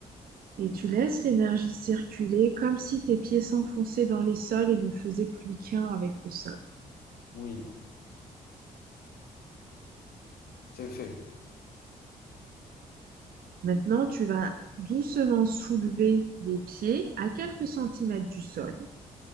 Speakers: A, on the right; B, on the left.
A: Et tu laisses l'énergie circuler comme si tes pieds s'enfonçaient dans les sols et ne faisaient plus qu'un avec le sol.
B: oui, c'est fait.
A: Maintenant, tu vas doucement soulever les pieds à quelques centimètres du sol